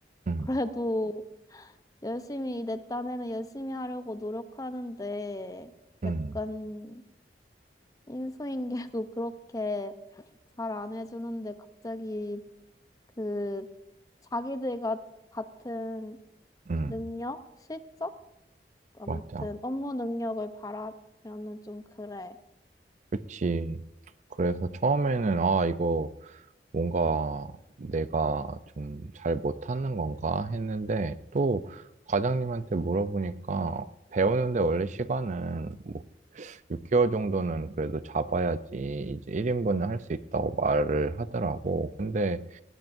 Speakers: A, on the right; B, on the left.
A: 음,
B: 그래도 열심히 내 딴에는 열심히 하려고 노력하는데
A: 음,
B: 약간 인수인계도 <laughs> 그렇게 잘 안 해주는데 갑자기 그 자기들과 같은
A: 음,
B: 능력, 실적? 아무튼
A: 맞아.
B: 업무 능력을 바라면은 좀 그래.
A: 그치. 그래서 처음에는, 아, 이거 뭔가 내가 좀 잘 못하는 건가 했는데 또 과장님한테 물어보니까 배우는데 원래 시간은 뭐 6개월 정도는 그래도 잡아야지 이제 1인분을 할 수 있다고 말을 하더라고. 근데